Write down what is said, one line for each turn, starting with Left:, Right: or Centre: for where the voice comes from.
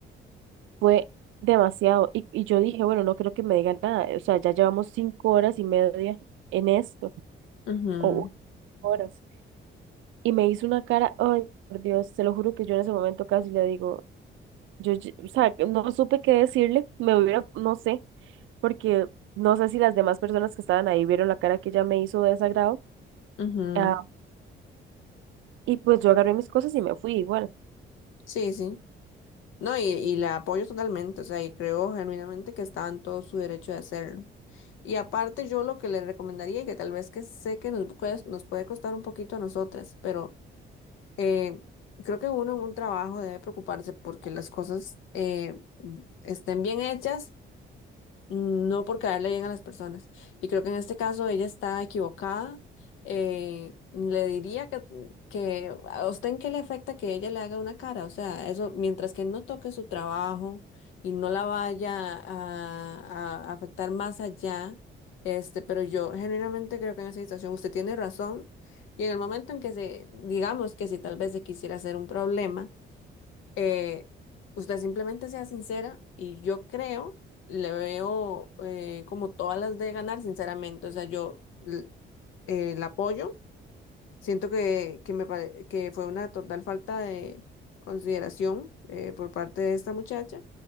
Right: Fue demasiado. Y, y yo dije, bueno, no creo que me digan nada. O sea, ya llevamos cinco horas y media en esto,
Left: ujú,
Right: o u- horas. Y me hizo una cara, ay, por Dios, te lo juro que yo en ese momento casi le digo, yo, ye- o sea, que no supe qué decirle, me hubiera, no sé, porque no sé si las demás personas que estaban ahí vieron la cara que ella me hizo de desagrado.
Left: ujú.
Right: Ah, y pues yo agarré mis cosas y me fui igual.
Left: Sí, sí. No, y, y la apoyo totalmente, o sea, y creo genuinamente que está en todo su derecho de hacerlo. Y aparte yo lo que le recomendaría, y que tal vez que sé que nos puede, nos puede costar un poquito a nosotras, pero eh, creo que uno en un trabajo debe preocuparse porque las cosas eh, estén bien hechas no por caerle bien a las personas. Y creo que en este caso ella está equivocada. Eh, le diría que, que a usted en qué le afecta que ella le haga una cara. O sea, eso, mientras que no toque su trabajo y no la vaya a, a afectar más allá, este, pero yo genuinamente creo que en esa situación usted tiene razón. Y en el momento en que se, digamos que si tal vez se quisiera hacer un problema eh, usted simplemente sea sincera y yo creo, le veo eh, como todas las de ganar, sinceramente. O sea, yo l- eh, la apoyo. Siento que, que, me pare- que fue una total falta de consideración eh, por parte de esta muchacha